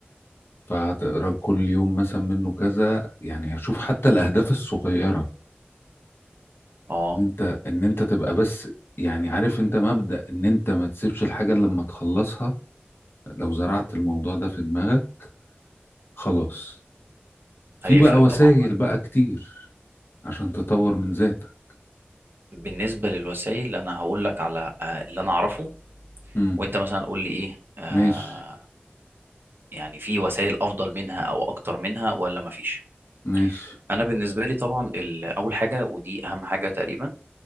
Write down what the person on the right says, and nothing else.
آه
هيفرق
طبعا
بالنسبة للوسائل أنا هقول لك على آه اللي أنا أعرفه
وأنت مثلا قول لي إيه آه
يعني في وسائل أفضل منها أو أكتر منها ولا مفيش
أنا بالنسبة لي طبعا ال- أول حاجة ودي أهم حاجة تقريبا